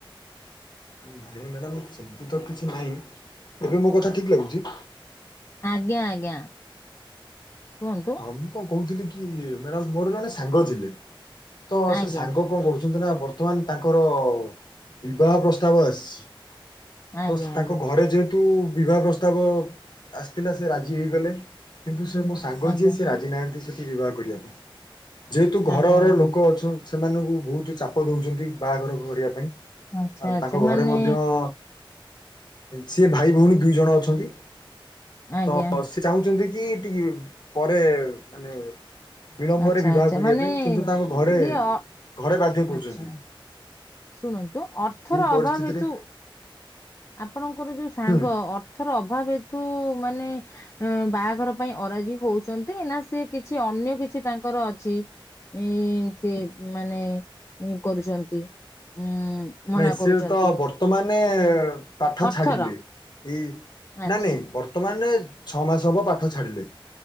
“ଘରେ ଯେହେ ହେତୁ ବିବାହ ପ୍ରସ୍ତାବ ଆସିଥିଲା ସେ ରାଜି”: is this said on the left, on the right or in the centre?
Left